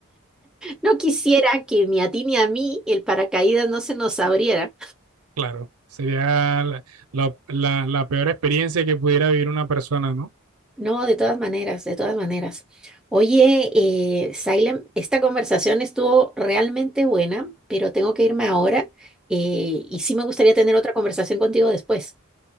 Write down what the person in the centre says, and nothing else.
no quisiera que ni a ti ni a mí el paracaídas no se nos abriera.
No, de todas maneras, de todas maneras. Oye, eh, Sailem, esta conversación estuvo realmente buena, pero tengo que irme ahora eh, y sí me gustaría tener otra conversación contigo después.